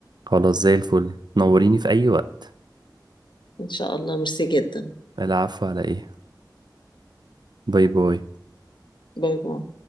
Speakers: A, on the right; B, on the left.
A: خلاص زي الفل نوريني في اي وقت
B: ان شاء الله ميرسي جدا
A: العفو على ايه باي باي
B: باي باي